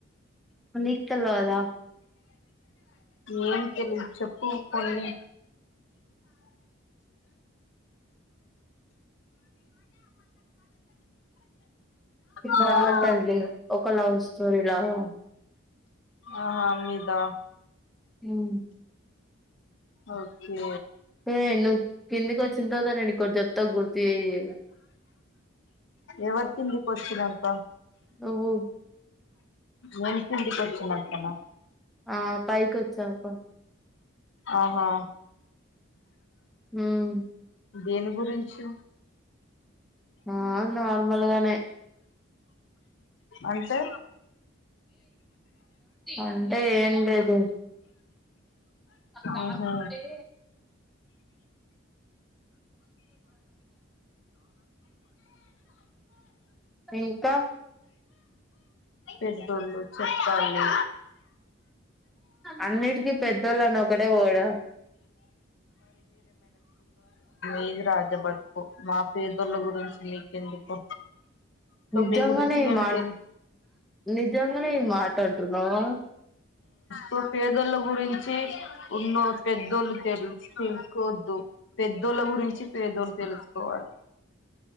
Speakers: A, in the centre; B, on the left (about 65°).
A: నీకు తెల్వదా
B: ఏం తెలిదు చెప్పు కొన్ని హలో
A: బాగుంటదిలే ఒక లవ్ స్టోరీ లాగా
B: ఆహా మీదా
A: మ్మ్
B: ఓకే
A: హే వెళ్ళు కిందికొచ్చిన తర్వాత నేను నీకొకటి చెప్తా గుర్తు చెయ్యి
B: ఎవరు తిండి వచ్చినంక
A: నువ్వు
B: నను పిండి కొచ్చినంక నా
A: ఆ పైకి వచ్చాంక
B: ఆహా
A: హ్మ్
B: దేని గురించి
A: ఆ నార్మల్గానే
B: అంటే
A: అంటే ఏం లేదు కావలిత్తే
B: ఆహా
A: ఇంకా
B: <inaudible> పెద్దోళ్ళు చెప్పాలీ
A: అన్నిటికీ పెద్దోళ్ళని ఒకడే పోవుడ
B: ఏంది రాదు మా పేదళ్ల గురించి మీకెందుకు మీ
A: నిజంగానే
B: గురించి మేము
A: మా
B: తెలు
A: నిజ నిజంగా నే ఈ మాట చెప్పాల
B: మా పేదోళ్ల గురించి ఉన్నో పెద్దోళ్ళు తెలుసు తెలుసుకో పెద్దోళ్ళ గురించి పేదోళ్లు తెలుసుకోవాలి.